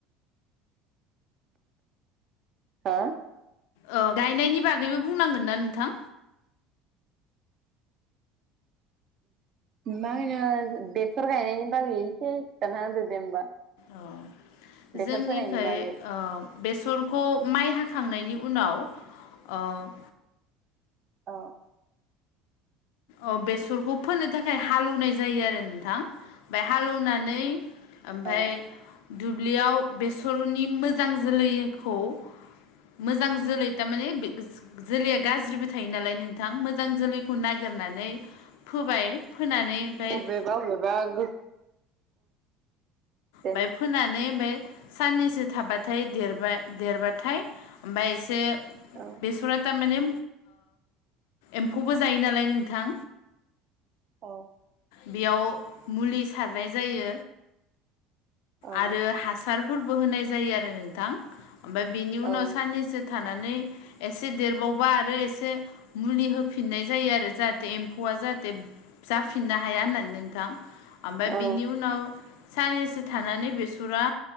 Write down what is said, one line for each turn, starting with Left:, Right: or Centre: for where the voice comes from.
Right: हा
Left: अ गायनायनि बागैबो बुंनांगोन ना नोंथां
Right: मा होनो बेसर गायनायनि बागै एसे खिन्थाना होदो दे होमबा
Left: अ
Right: बेसर
Left: जोंनिखै
Right: फोनायनि बागै
Left: ओम बेसरखौ माइ हाखांनायनि उनाव ओम
Right: औ
Left: अ बेसरखौ फोनो थाखाय हालौवनाय जायो आरो नोंथां फाय हालौवनानै ओमफ्राय
Right: औ
Left: दुब्लियाव बेसरनि मोजां जोलैखौ मोजां जोलै थारमाने जोलैया गाज्रिबो थायो नालाय नोंथां मोजां जोलैखौ नागिरनानै फोबाय फोनानै ओमफ्राय
Right: अबेेबा अबेबा गो दे
Left: बाय फोनानै ओमफ्राय साननैसो थाबाथाय देरबाय देरबाथाय ओमफ्राय एसे
Right: औ
Left: बेसरा थारमाने एम्फौबो जायो नालाय नोंथां
Right: औ
Left: बेयाव मुलि सारनाय जायो
Right: औ
Left: आरो हासारफोरबो होनाय जायो आरो नोंथां ओमफ्राय बेनि उनाव
Right: औ
Left: साननैसो थानानै एसे देरबावबा आरो एसे मुलि होफिननाय जायो आरो जाहाथे एम्फौआ जाहाथे जाफिननो हाया होननानै नोंथां ओमफ्राय
Right: औ
Left: बिनि उनाव साननैसो थानानै बेसरा